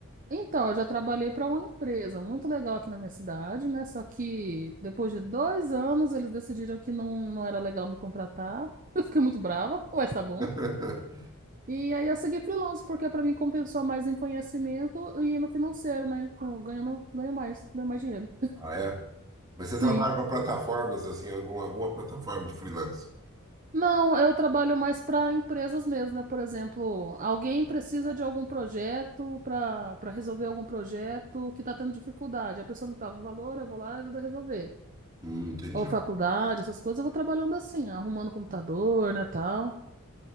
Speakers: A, on the right; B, on the right.
A: Então, eu já trabalhei para uma empresa muito legal aqui na minha cidade, né? Só que depois de dois anos, eles decidiram que não, não era legal me contratar. <laughs> Eu fiquei muito brava, <laughs> mas tá bom.
B: <laughs>
A: E aí eu segui freelance, porque para mim compensou mais em conhecimento e no financeiro, né? Com- Ganhando, ganho mais, ganho mais dinheiro.
B: Ah, é? Mas você
A: Sim.
B: trabalha para plataformas, assim, alguma, alguma plataforma de freelance?
A: Não, eu trabalho mais para empresas mesmo, né? Por exemplo, alguém precisa de algum projeto para para resolver algum projeto que está tendo dificuldade. A pessoa me paga um valor, eu vou lá e ajudo a resolver.
B: Hum, entendi.
A: Ou faculdade, essas coisas, eu vou trabalhando assim, arrumando computador, né, tal.